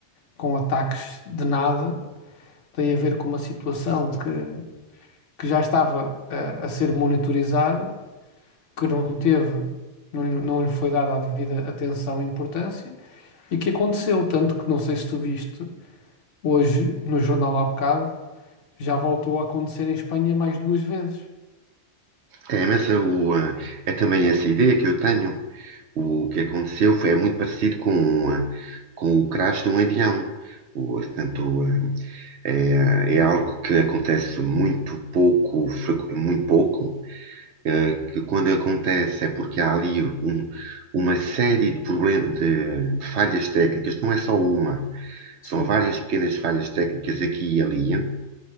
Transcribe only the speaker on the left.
com ataques de nada. tem a ver com uma situação que, que já estava a, a ser monitorizada, que não teve, não, lhe- não lhe foi dada a devida atenção e importância e que aconteceu, tanto que não sei se tu viste, hoje no jornal há bocado, já voltou a acontecer em Espanha mais duas vezes.
Sim,